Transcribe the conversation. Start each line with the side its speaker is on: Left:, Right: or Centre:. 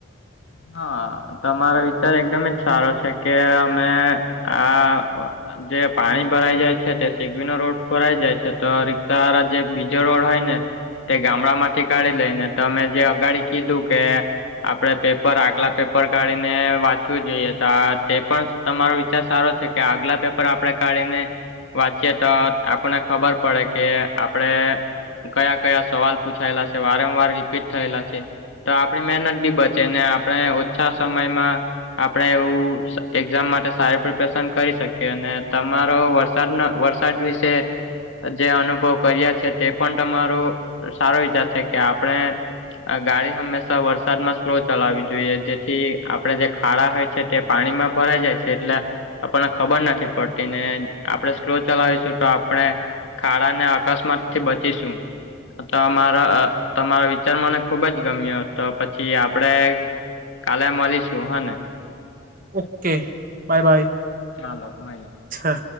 Left: હા તમારો વિચાર એકદમ જ સારો છે કે અમે આ જે પાણી ભરાઈ જાય છે તે સીગવીનો રોડ ભરાઈ જાય છે તો રિક્ષા વાળા જે બીજો રોડ હોય ને. તે ગામડામાંથી કાઢી લઈને તમે જે અગાડી કીધું કે આપણેે પેપ પર આગલા પેપર કાઢીને વાંચવું જોઈએ. તો આ તે પણ તમારો વિચાર સારો છે કે આગલા પેપ પર આપણે કાઢીને વાંચીએ તો આપને ખબર પડે કે આપણેે કયા કયા સવાલ પૂછાયેલા છે, વારંવાર રિપીટ થયેલા છે. તો આપણી મહેનત બી બચે ને આપણે ઓછા સમયમાં આપણે એવું એક્ઝામ માટે સારી પ્રિપરેશન કરી શકીએ અને તમારો વર સાદના વરસાદ વિશે. જે અનુભવ કર્યા છે તે પણ તમારો સારો વિચાર છે કે આપણે આ ગાડી હંમેશા વરસાદ માં સ્લો ચલાવી જોઈએ. જેથી આપણે જે ખાડા હોય છે તે પાણીમાં ભરાઈ જાય છે. એટલે આપણને ખબર નથી પડતી ને આપણે સ્લો ચલાવીશું તો આપણે ખાડાને અકસ્માતથી બચીશું. તો મારો તમારા વિચાર મને ખુબ જ ગમ્યો તો પછી આપડે કાલે મળીશું હા ને
Right: ઓકે બાય બાય
Left: ચાલો બાય
Right: છે.